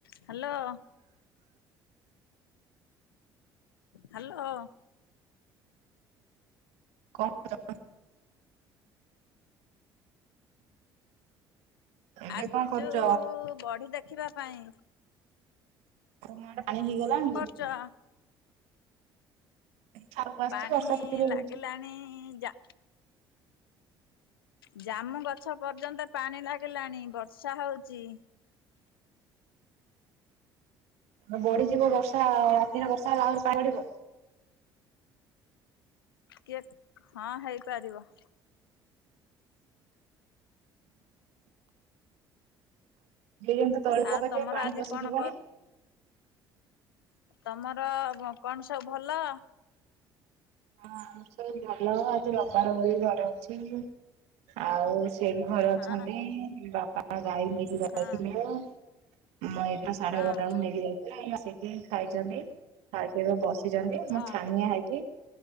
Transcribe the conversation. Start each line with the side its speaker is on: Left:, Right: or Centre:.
Left: Hello. Hello.
Right: କଣ କରୁଛ? ଏବେ
Left: ଆସଛୁ
Right: କଣ କରୁଛ?
Left: ବଢି ଦେଖିବା ପାଇଁ।
Right: ତମ ଆଡେ ପାଣି ହେଇଗଲାଣି କି?
Left: ଚା
Right: ଛାତକୁ ଆସିଛି
Left: ପାଣି
Right: ବର୍ଷା ଟିପିରେ ହଉଛି।
Left: ଲାଗିଲାଣି ଯା ଜାମୁ ଗଛ ପର୍ଯ୍ୟନ୍ତ ପାଣି ଲାଗିଲାଣି ବର୍ଷା ହଉଛି।
Right: ଓ ବଢିଯିବ ବର୍ଷା ଅଶିନ ବର୍ଷା ହେଲା ଆହୁରି ପା ବଡିବ।
Left: କିଏ ହଁ ହେଇପାରିବ।
Right: ଦୁଇ ଜମି ତଳି
Left: ଆଉ
Right: ପକେଇଥିବେ
Left: ତମର
Right: ପାଣି
Left: ଆଜି
Right: ପଶିଯିବନି।
Left: କଣ କର ତମର କଣ ସବୁ ଭଲ?
Right: ହଁ ଆମର ସବୁ ଭଲ ଆଜି ରବାର ବୋଲି ଘର ଅଛି। ଆଉ ସେ ବି ଘରେ
Left: ହଁ
Right: ଅଛନ୍ତି। ବାପା ମା ଗାଈ ନେଇକି ଯାଇଥିଲେ।
Left: ହଁ
Right: ମୁଁ, ଏଇତ ସାଢେ
Left: ହଁ
Right: ଏାଗାରଟାକୁ ନେଇ ଯାଇ ବସିକି ଖାଇଛନ୍ତି, ଖାଇକି ଏବେ ବସିଛନ୍ତି।
Left: ହଁ
Right: ମୁଁ ଛାନିଆ ହେଇକି